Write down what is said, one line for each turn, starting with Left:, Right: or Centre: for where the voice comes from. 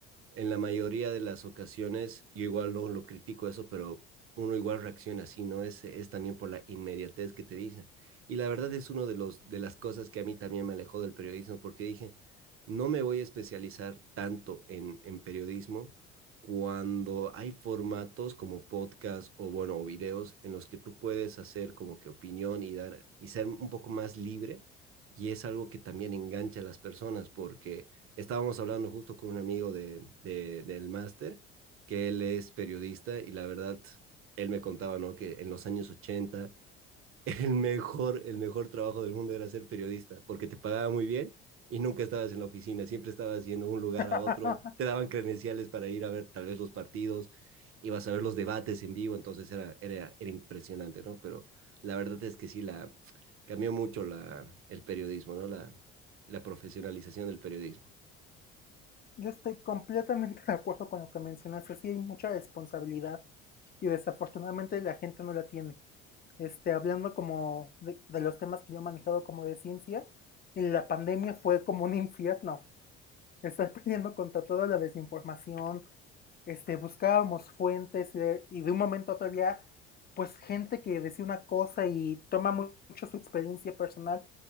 Right: en la mayoría de las ocasiones, yo igual no lo critico eso, pero uno igual reacciona así, ¿no? Es, es también por la inmediatez que te dicen. Y la verdad es uno de, los, de las cosas que a mí también me alejó del periodismo, porque dije, no me voy a especializar tanto en, en periodismo cuando hay formatos como podcast o, bueno, o videos en los que tú puedes hacer como que opinión y dar, y ser un poco más libre. Y es algo que también engancha a las personas porque estábamos hablando justo con un amigo de, de del máster, que él es periodista y la verdad, él me contaba, ¿no? Que en los años 80 <laughs> el mejor, el mejor trabajo del mundo era ser periodista, porque te pagaba muy bien y nunca estabas en la oficina, siempre estabas yendo de un lugar
Left: <laughs>
Right: a otro, te daban credenciales para ir a ver tal vez los partidos, ibas a ver los debates en vivo, entonces era, era, era impresionante, ¿no? Pero la verdad es que sí, la, cambió mucho la, el periodismo, ¿no? La, la profesionalización del periodismo,
Left: Yo estoy completamente de acuerdo con lo que mencionaste. Sí hay mucha responsabilidad y desafortunadamente la gente no la tiene. Este, hablando como de, de los temas que yo he manejado como de ciencia, la pandemia fue como un infierno. Estar <laughs> peleando contra toda la desinformación, este, buscábamos fuentes y de, y de un momento a otro había pues gente que decía una cosa y toma mucho su experiencia personal